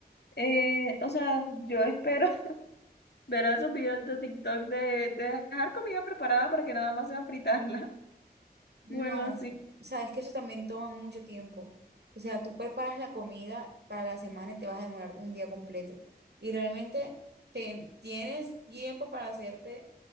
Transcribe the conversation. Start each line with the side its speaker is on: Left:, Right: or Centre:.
Left: Eh, o sea, yo espero <laughs> ver esos videos de TikTok de, de dejar comida preparada para que nada más sea fritarla. <laughs>
Right: No,
Left: Bueno, así.
Right: sabes que eso también toma mucho tiempo. O sea, tú preparas la comida para la semana y te vas a demorar un día completo. Y realmente te- tienes tiempo para hacerte,